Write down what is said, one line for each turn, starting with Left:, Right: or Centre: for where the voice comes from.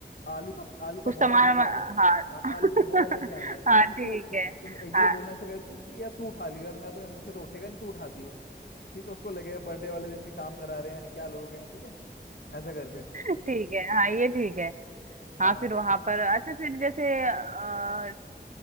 Left: आलू का आलू का
Right: कुछ सामान
Left: बोरा लेके
Right: वामा-
Left: आना है
Right: हाँ
Left: हाँ,
Right: <laughs>
Left: आलू का बोरा लेके आना है
Right: हाँ
Left: अब
Right: ठीक
Left: तू
Right: है
Left: तुम ये
Right: हाँ
Left: बोलना ऐसे करके कि यार तू उठा लियो यार मैं तो मुझसे तो उठेगा नहीं तू उठा दियो ठीक है उसको लगेगा बर्थडे वाले दिन भी काम करा रहे हैं यार क्या लोग हैं ठीक है ऐसा करके
Right: ठीक है हाँ ये ठीक है
Left: हाँ
Right: हाँ फिर वहां पर अच्छा फिर जैसे अ,